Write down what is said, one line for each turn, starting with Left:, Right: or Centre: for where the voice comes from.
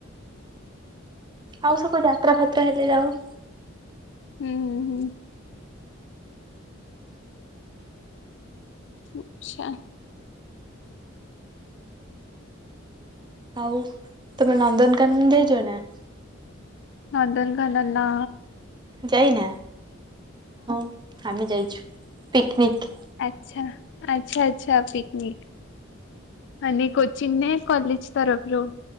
Right: ଆଉ ସବୁ ଯାତ୍ରା ଫାତ୍ରା ହେଲେ ଯାଉ।
Left: ହୁଁ-ହୁଁ-ହୁଁ। ଆଛା।
Right: ଆଉ ତମେ ନନ୍ଦନକାନନ ଯାଇଚ କି ନାଇଁ?
Left: ନନ୍ଦନକାନନ
Right: ଯାଇନା? ହଁ ଆମେ ଯାଇଛୁ ପିକ୍ନିକ୍।
Left: ଆଚ୍ଛା, ଆଚ୍ଛା-ଆଚ୍ଛା ପିକ୍ନିକ୍। ମାନେ କୋଚିଂ ନା ଏଇ କଲେଜ୍ ତରଫରୁ?